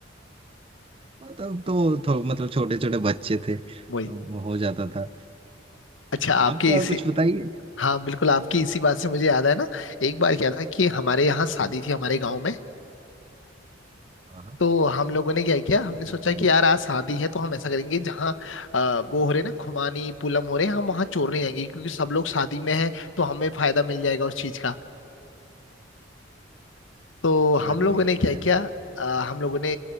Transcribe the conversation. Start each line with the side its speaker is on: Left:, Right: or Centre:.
Right: मतलब तो, तो मतलब छोटे छोटे बच्चे थे अब
Left: वही
Right: हो जाता था
Left: अच्छा आपके
Right: आपका
Left: इसी
Right: कुछ बताइए
Left: हाँ बिल्कुल आपकी इसी बात से मुझे याद है ना एक बार क्या था कि हमारे यहाँ शादी थी हमारे गाँव में
Right: हाँ हाँ
Left: तो हम लोगों ने क्या किया हमने सोचा
Right: जी जी
Left: कि
Right: जी
Left: यार आज शादी है तो हम ऐसा करेंगे जहाँ अ, वो हो रहे ना खुमानी पूनम हो रहे हैं हम वहाँ चोरने जाएंगे क्योंकि सब लोग शादी में हैं तो हमें फायदा मिल जाएगा उस चीज का तो हम
Right: अरे
Left: लोगों
Right: भाई
Left: ने क्या
Right: बढ़िया
Left: किया अ, हम लोगों ने